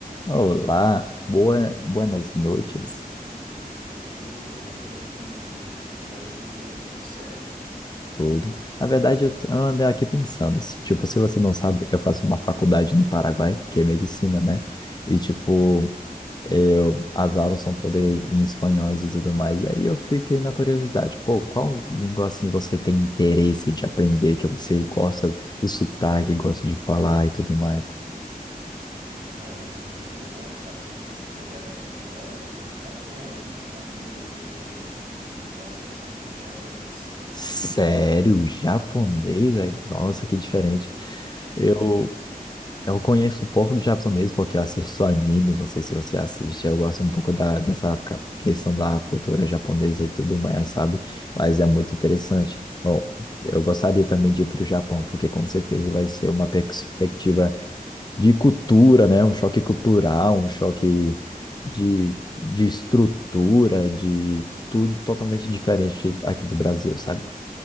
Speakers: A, on the left; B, on the right.
A: Olá, boa, buenas noites,
B: Oi, boa noite, amigo querido. Tá Fazendo o que aí? Tudo certo?
A: tudo. Na verdade, eu t- eu andei aqui pensando, se- tipo, se você não sabe, eu faço uma faculdade no Paraguai, que é medicina, né? E, tipo, eu, as aulas são todas em espanhóis e tudo mais. Aí eu fiquei na curiosidade, pô, qual língua, assim, você tem interesse de aprender, que você gosta do sotaque, gosta de falar e tudo mais?
B: Olha, mano, eu gosto bastante dessa pegada cultural e atualmente uma língua que eu tenho aprendido, que eu gosto bastante, é japonês.
A: Sério? Japonês?
B: Sério?
A: aí? Nossa, que
B: <laughs>
A: diferente.
B: Japonês.
A: Eu
B: Uhum.
A: Eu conheço um pouco do japonês porque eu assisto anime, não sei se você assiste, eu gosto um pouco da, dessa ca- questão da cultura japonesa e tudo mais, sabe? Mas é muito interessante. Bom, eu gostaria também de ir para o Japão, porque com certeza vai ser uma perspectiva de cultura, né? Um choque cultural, um choque de, de estrutura, de tudo totalmente diferente aqui do Brasil, sabe?